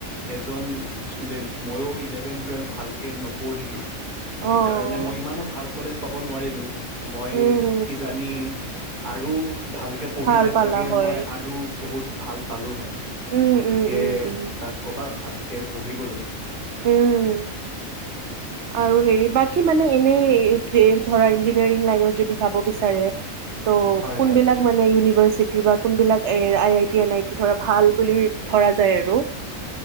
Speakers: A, on the right; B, on the right.
A: এজন ষ্টুডেণ্ট ময়ো ইলেভেন টুৱেলভ ভালকৈ নপঢ়িলোঁ।
B: অ',
A: সেইকাৰণে
B: অ',
A: মই ইমানো ভাল কলেজ পাব নোৱাৰিলোঁ মই
B: উম,
A: কিজানি আৰু ভালকৈ পঢ়িলে
B: ভাল পালা
A: চাগে
B: হয়।
A: মই আৰু বহুত ভাল পালোঁ হয়।
B: উম,
A: গতিকে
B: উম, উম, উম,
A: তাক কবা, ভালকৈ পঢ়িবলৈ।
B: উম। আৰু হেৰি বাকী মানে এনেই ধৰা ইঞ্জ নিয়াৰিঙত যদি যাব বিচাৰে ত'
A: হয়
B: কোনবিলাক
A: হয়
B: মানে ইউনিভাৰ্চিটি বা কোনবিলাক? এ I I T N I T ধৰা ভাল বুলি ধৰা যায় আৰু?